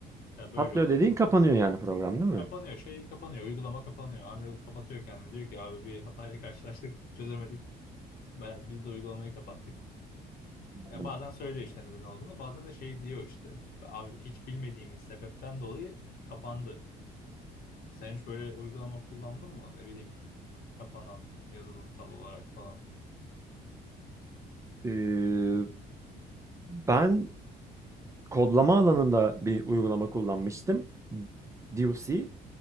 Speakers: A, on the left; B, on the right.
A: Ya böyle
B: Patlıyor
A: olabilir.
B: dediğin kapanıyor yani program değil mi?
A: Kapanıyor şey kapanıyor. Uygulama kapanıyor. Unreal kapatıyor kendini. Diyor ki abi bir hatayla karşılaştık. <laughs> Çözemedik. Ben, biz de uygulamayı kapattık.
B: Anladım.
A: Ya bazen söylüyor işte neden olduğunu. Bazen de şey diyor işte. Abi hiç bilmediğimiz sebepten dolayı kapandı. Sen hiç böyle uygulama kullandın mı? Ne bileyim kapanan yazılımsal olarak falan.
B: Ee, ben kodlama alanında bir uygulama kullanmıştım. DUC.